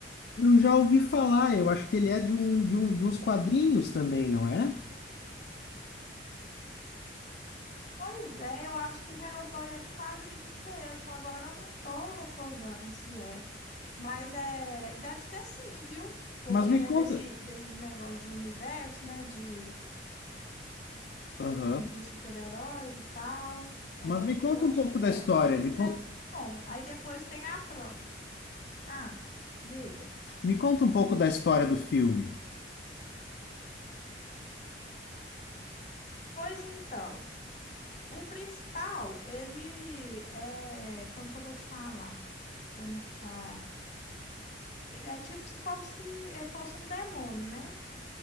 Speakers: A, on the left (about 60°); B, on the left (about 40°).
A: Eu já ouvi falar, eu acho que ele é de, um, de, um, de uns quadrinhos também, não é?
B: Pois é, eu acho que o Hellboy é de quadrinhos mesmo, agora eu não tô recordando se é. Mas é, deve ser sim, viu? Porque
A: Mas me
B: é
A: conta...
B: desse, desses negócios de universo, né? De
A: Aham.
B: Hum, de super-heróis e tal. É,
A: Mas me conta
B: eu acho
A: um pouco
B: que é.
A: da história,
B: O primeiro
A: me conta...
B: é muito bom. Aí depois tem a troca. Ah, diga.
A: Me conta um pouco da história do filme.
B: Pois então, o principal, ele é. Como que eu vou te falar? Pra não ficar. Ele é tipo se- como se eh, fosse um demônio, né?